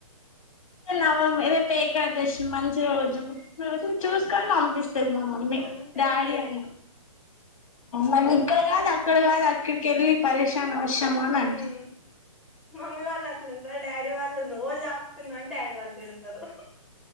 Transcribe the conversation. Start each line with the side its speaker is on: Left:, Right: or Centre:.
Left: నవమి రేపు ఏకాదశి మంచి రోజు చూసుకొని పంపిస్తా స్థది మా మమ్మీ
Centre: అంతే
Left: డాడీ
Centre: మరి
Left: అయిన మళ్ళ ఇక్కడ కాదు అక్కడ కాదు అక్కడికెళ్లి పరీషాన్ అవసరమా అని అంటది
Centre: ఉమ్. మమ్మీ వాళ్ళు అట్లు ఉండరు డాడీ వాళ్ళు ఉ రోజు ఆపుతున్నవ్ అని డాడీ వాళ్ళు తిడతరు